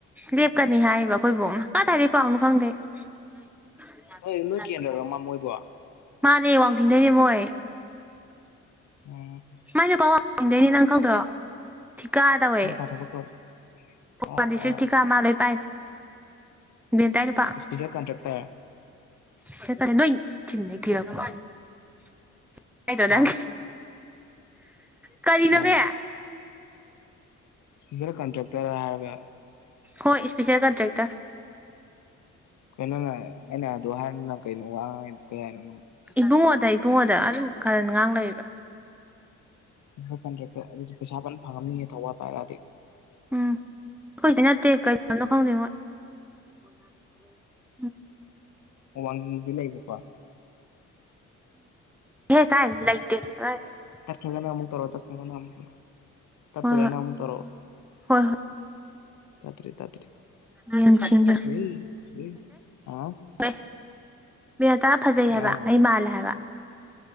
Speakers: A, in the centre; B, on the left (about 70°).
A: ꯂꯦꯞꯀꯅꯤ ꯍꯥꯏꯌꯦꯕ ꯑꯩꯈꯣꯏꯕꯨ ꯀꯗꯥꯏꯗ ꯄꯥꯎꯅꯣ ꯈꯪꯗꯦ UNINTELLIGIBLE
B: ꯅꯣꯏ ꯅꯣꯏ ꯀꯦꯟꯗ꯭ꯔꯔꯣ ꯃꯥ ꯃꯣꯏꯕꯣ
A: ꯃꯥꯅꯦ ꯋꯥꯡꯖꯤꯡꯗꯩꯅꯦ ꯃꯣꯏ
B: ꯎꯝ
A: ꯃꯥꯏ ꯅꯨꯄꯥ ꯋꯥꯡꯖꯤꯡꯗꯩꯅꯦ ꯅꯪ ꯈꯪꯗ꯭ꯔꯣ ꯊꯤꯀꯥ ꯇꯧꯋꯦ
B: ꯃꯥꯏ ꯅꯨꯄꯥ ꯊꯕꯛ ꯇꯧ
A: ꯊꯥꯎꯕꯟ
B: ꯑꯣ
A: ꯗꯤꯁꯇꯛ
B: ꯑꯁ
A: ꯊꯤꯀꯥ ꯃꯥ ꯂꫭꯏ ꯄꯥꯏꯔꯤꯅꯤ ꯕꯤꯅꯤꯇꯥ ꯅꯨꯄꯥ
B: ꯏꯁꯄꯤꯁꯦꯜ ꯀꯟꯇ꯭ꯔꯦꯛꯇꯔ
A: <unintelligible> ꯍꯥꯏꯗꯣ ꯅꯪ
B: ꯍꯥ
A: ꯀꯔꯤꯅꯣꯃꯤ
B: ꯀꯩꯅꯣ ꯏꯁꯄꯤꯁꯌꯦꯜ ꯀꯟꯇ꯭ꯔꯦꯛꯇꯔ ꯍꯥꯏꯔꯒ
A: ꯍꯣꯏ ꯏꯁꯄꯤꯁꯌꯦꯜ ꯀꯟꯇ꯭ꯔꯦꯛꯇꯔ
B: ꯀꯩꯅꯣꯅꯦ ꯑꯩꯅ ꯑꯗꯨ ꯍꯥꯏꯅ ꯀꯩꯅꯣ ꯍꯥꯏꯒꯦꯅꯦ
A: ꯏꯕꯨꯡꯉꯣꯗ ꯏꯕꯨꯡꯉꯣꯗ ꯑꯗꯨꯝ ꯀꯥꯔꯟ ꯉꯥꯡ ꯂꯩꯔꯤꯕ
B: ꯑꯗꯨ ꯀꯟꯇ꯭ꯔꯦꯛꯇꯔ ꯑꯗꯨꯁꯨ ꯄꯩꯁꯥ ꯐꯖꯅ ꯐꯪꯉꯝꯅꯤꯌꯦ ꯊꯧꯕꯥꯜ ꯄꯥꯏꯔꯛꯑꯗꯤ
A: ꯎꯝ ꯑꯩꯈꯣꯏꯁꯤꯗꯩ ꯅꯠꯇꯦ ꯀꯩ ꯂꯝꯅꯣ ꯈꯪꯗꯦ ꯃꯣꯏ <inaudible>
B: ꯎꯝ ꯋꯥꯡꯖꯤꯡꯗꯤ ꯂꯩꯕ ꯀꯣ
A: ꯍꯦ ꯀꯥꯏ ꯂꯩꯇꯦ ꯀꯥꯏꯅꯤ <inaudible>
B: ꯇꯥꯠ ꯈꯔꯒꯅ ꯑꯃꯨꯛ ꯇꯧꯔꯛꯑꫭ ꯇꯥꯠ ꯈꯔꯒꯅ ꯑꯃꯨꯛ ꯇꯧꯔꯛꯑꫭ ꯇꯥꯠꯇꯨꯔꯦꯅ
A: ꯍꯣꯏ
B: ꯑꯃꯨꯛ ꯇꯧꯔꯛꯑꫭ
A: ꯍꯣꯏ ꯍꯣꯏ
B: ꯇꯥꯠꯇꯥꯔꯤ ꯇꯥꯠꯇꯥꯔꯤ
A: ꯍꯣꯏ ꯌꯦꯡꯁꯤꯟꯖꯦ
B: ꯁꯋꯤꯏ ꯁꯋꯤꯏ ꯑꯥꯎ
A: ꯑꯦ ꯕꯤꯅꯇꯥ ꯐꯖꯩ
B: ꯀꯩ
A: ꯍꯥꯏꯕ
B: ꯍꯥꯏꯅꯣ
A: ꯑꯩ ꯃꯥꯜꯂꯦ ꯍꯥꯏꯕ